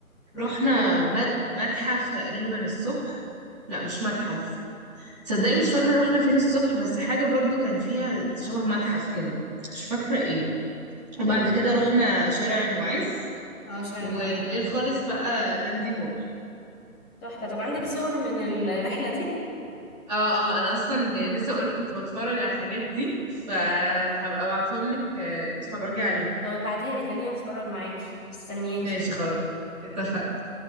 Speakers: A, in the centre; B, on the right.
A: رحتوا
B: رحنا
A: ايه
B: مت- متحف تقريبا الصبح لا مش متحف تصدقي مش فاكرة رحنا فين الصبح بس حاجة برضو كان فيها شبه متحف كده مش فاكرة ايه وبعد كده رحنا شارع المعز
A: اه شارع
B: وبالليل
A: المعز ده
B: خالص
A: خطير.
B: بقى داندي مول
A: تحفه طب عندك صور من الرحله دي
B: اه اه انا اصلا لسه بقولك كنت بتفرج على الحاجات دي فهبقى ابعتهم لك آه، اتفرجي عليهم
A: طب ابعتها لي خليني اتفرج معاكي مستنياكي
B: ماشي خلاص اتفقنا